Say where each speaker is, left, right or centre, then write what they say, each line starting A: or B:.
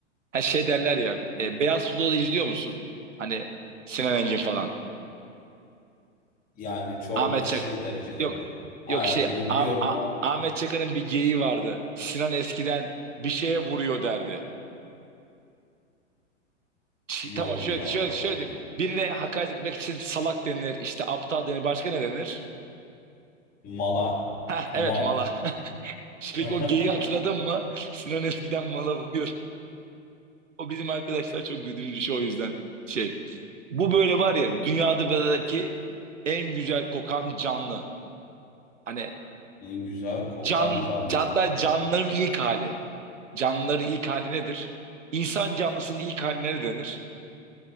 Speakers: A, on the right; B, on the left.
A: Her şey derler ya. e, Beyaz Futbolu izliyor musun? Hani Sinan Engin falan.
B: Yani çok
A: Ahmet
B: aşırı
A: Çak.
B: derecede
A: Yok.
B: değil. Aynen
A: Yok şey
B: bili biliyorum
A: Ah- Ah-
B: ama
A: Ahmet Çakar'ın bir geyiği vardı. Sinan eskiden bir şeye vuruyor derdi. Şi-
B: yokum
A: tamam şöyle
B: ya
A: şöyle
B: o kadar
A: şöyle
B: öyle.
A: diyeyim. Birine hakaret etmek için salak denir, işte aptal denir, başka ne denir?
B: Mala.
A: Heh, evet
B: Mal.
A: mala. <laughs> Peki
B: <laughs>
A: o geyiği hatırladın mı? <laughs> Sinan eskiden mala vuruyor. O bizim arkadaşlar çok güldüğümüz bir şey o yüzden şey. Bu böyle var ya dünyadaki en güzel kokan canlı. Hani
B: En güzel kokan
A: can,
B: canlı.
A: hatta canlıların ilk hali. Canlıların ilk hali nedir? İnsan canlısının ilk haline ne denir?